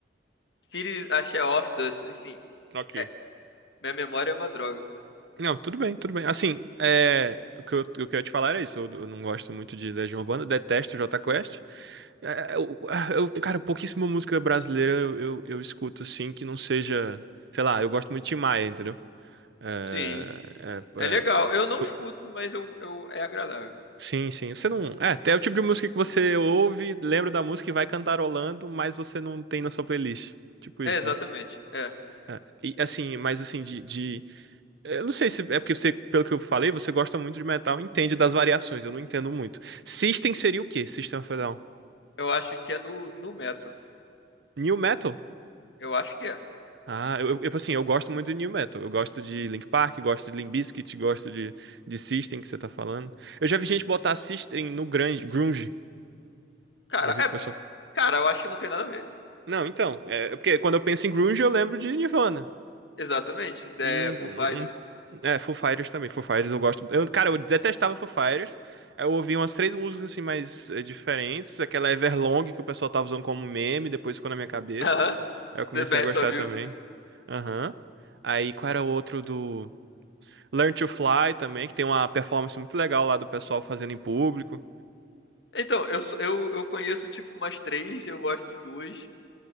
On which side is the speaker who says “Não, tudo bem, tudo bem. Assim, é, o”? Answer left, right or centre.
Right